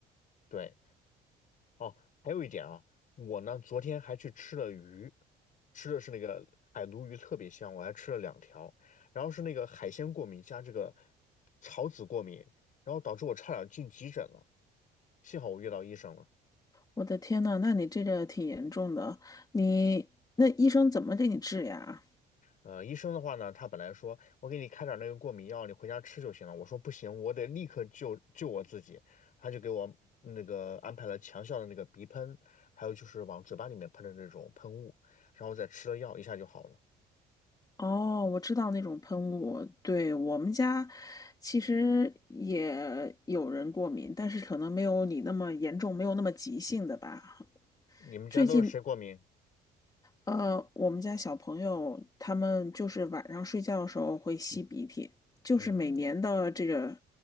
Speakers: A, on the left; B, on the left.
A: 对。哦，还有一点啊，我呢昨天还去吃了鱼，吃的是那个海鲈鱼，特别香，我还吃了两条。然后是那个海鲜过敏加这个草籽过敏，然后导致我差点进急诊了，幸好我遇到医生了。
B: 我的天呐，那你这个挺严重的。你那医生怎么给你治呀？
A: 呃，医生的话呢，他本来说我给你开点儿那个过敏药，你回家吃就行了。我说不行，我得立刻救救我自己。他就给我那个安排了强效的那个鼻喷，还有就是往嘴巴里面喷的那种喷雾，然后再吃了药，一下就好了。
B: 哦，我知道那种喷雾，对，我们家其实也有人过敏，但是可能没有你那么严重，没有那么急性的吧。
A: 你们家都是谁过敏？
B: 最近，呃，我们家小朋友他们就是晚上睡觉的时候会吸鼻涕，就是每年的这个
A: 嗯，